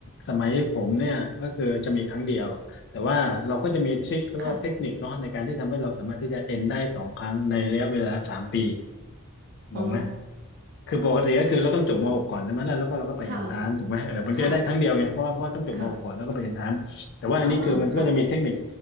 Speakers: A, on the left (about 50°); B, on the right (about 45°).
A: สมัยผมเนี่ยก็คือจะมีครั้งเดียวแต่ว่าเราก็จะมีทริคหรือว่าเทคนิคเนาะในการที่ทำให้เราสามารถที่จะเอ็นได้สองครั้งในระยะเวลาสามปี
B: ค่ะอ๋อ
A: งงไหม คือปกติก็คือเราต้องจบม .6 กก่อนใช่ไหมแล้วแล้วก็เราก็ไปเอนทรานถูกไหมเออมันก็ได้ครั้งเดียวไงเพราะว่าเพราะว่าต้องจบม
B: ค่ะค่ะค่ะ
A: .6 กก่อนแล้วก็ไปเอนทรานแต่ว่าอันนี้คือมันก็จะมีเทคนิค
B: อ่าค่ะ